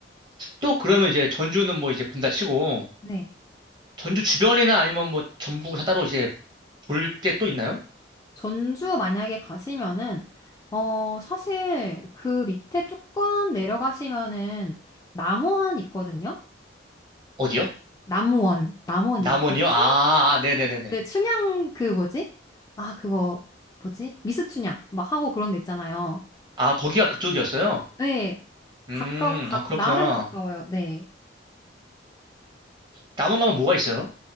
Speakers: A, on the right; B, on the left.
A: 또 그러면 이제 전주는 뭐 이제 본다 치고
B: 네.
A: 전주 주변이나 아니면 뭐 전부가 따로 이제 볼 게 또 있나요?
B: 전주 만약에 가시면은, 어, 사실 그 밑에 조금 내려가시면은 남원 있거든요?
A: 어디요?
B: 남원, 남원이요.
A: 남원이요?
B: 그 춘향?
A: 아, 아, 아, 네네네네.
B: 네, 춘향 그 뭐지? 아, 그거 뭐지? 미스 춘향 막 하고 그런 데 있잖아요.
A: 아, 거기가 그쪽이었어요?
B: 네,
A: 음,
B: 가까워, 가,
A: 아, 그렇구나.
B: 나름 가까워요. 네.
A: 남원 가면 뭐가 있어요?